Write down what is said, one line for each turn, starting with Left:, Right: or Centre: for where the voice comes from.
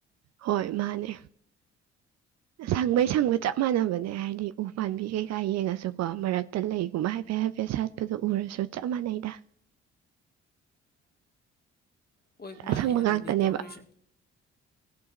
Right: ꯍꯣꯏ ꯃꯥꯅꯦ ꯁꯪꯕꯩ ꯁꯪꯕ ꯆꯞ ꯃꯥꯟꯅꯕꯅꯦ ꯍꯥꯏꯗꯤ ꯎ ꯄꯥꯝꯕꯤ ꯀꯩꯀꯥ ꯌꯦꯡꯉꯁꯨꯀꯣ ꯃꯔꯛꯇ ꯂꯩꯒꯨꯝꯕ ꯍꯥꯏꯐꯦꯠ ꯍꯥꯏꯐꯦꯠ ꯁꯥꯠꯄꯗꯣ ꯎꯔꯁꯨ ꯆꯞ ꯃꯥꯟꯅꯩꯗ
Left: ꯍꯣꯏ
Right: ꯑꯁꯪꯕ
Left: ꯃꯥꯅꯤ ꯑꯗꯨꯅꯤ
Right: ꯉꯥꯛꯇꯅꯦꯕ
Left: ꯇꯧꯔꯤꯁꯤ